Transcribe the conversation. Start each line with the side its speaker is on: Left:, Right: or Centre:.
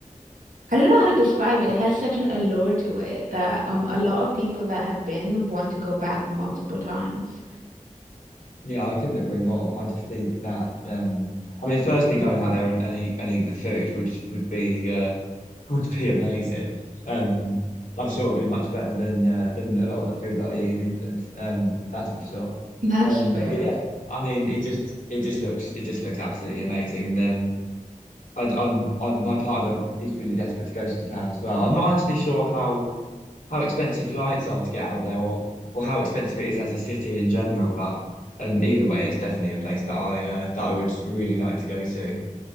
Right: I don't know how to describe it. It has such an allure to it that um a lot of people that have been want to go back multiple times.
Left: Yeah, I couldn't agree more. I just think that um I mean firstly going out there and, and eat and eat the food would would be uh <laughs> would be amazing. Um I'm sure it'd be much better than uh, than a lot of the food that I eat in England. Um that's for sure.
Right: <laughs> That's
Left: Um
Right: fair.
Left: but yeah, I mean it just it just looks it just looks absolutely amazing. And um I, I'm, I'm, my partner is really desperate to go to Japan as well. I'm not actually sure how how expensive flights are to get out there, or or how expensive it is as a city in general. But um, either way, it's definitely a place that I uh, that I would really like to go to.